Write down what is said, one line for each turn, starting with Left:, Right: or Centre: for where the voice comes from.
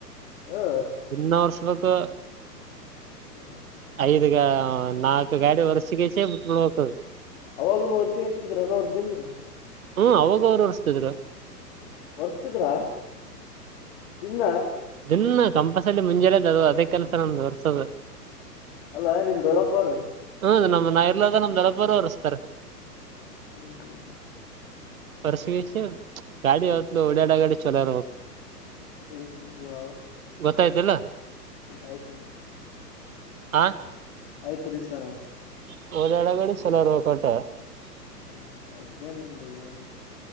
Left: ಹಾ
Right: ದಿನ ವರ್ಸ್ಬೇಕು
Left: ಹ್ಮ್್ಮ
Right: ಐದುಗ ನಾಕ ಗಾಡಿ ವರ್ಸೆಗಚಿಳ <unintelligible> ಒಕ್ಕರು
Left: ಅವಾಗನ್ ವರ್ಷೆ ಎಂತಿದ್ರನ ಅವ್ರ ದನ್
Right: ಹ್ಮ ಅವಾಗ ಅವರು ಹೊರ್ಸ್ತದ್ರ
Left: ವರ್ಸ್ತಿದ್ರ ದಿನ
Right: ಇನ್ನು ಕಂಪಸಲ್ಲಿ ಮುಂಜಾನೆ ಅದು ಅದೇ ಕೆಲ್ಸ ನಮ ಹೊರ್ಸೋದು
Left: ಅಲ್ಲಾ ನಿಮ್ ಗಡಪ್ಪ್ರ
Right: ಹ್ಮದ್ ನಾವೆಲ್ಲಾರ್ದಾಗ ನಮ್ಮ ದೊಡ್ಡಪ್ಪ ಅವರು ಹೊರ್ಸ್ತಾರೆ
Left: ಹ್ಮ್ ಹ್ಮ್
Right: ಪರ್ಸಿವಿಸಿ ಗಾಡಿ ಅವತಲು ಉಡಾಡ ಗಾಡಿ ಚಲರ ಹ
Left: ಹ್ಮ್ ಹ್ಮ್
Right: ಗೊತ್ತಾಯ್ತಿಲ್ಲ
Left: ಆಯ್ತ್ರಿ
Right: ಹ
Left: ಆಯ್ತ್ ರೀ ಸರ್
Right: <unintelligible>
Left: ಹ್ಮ್ ವಜ್ಜಾ ನಿಮಗ ಏನೆ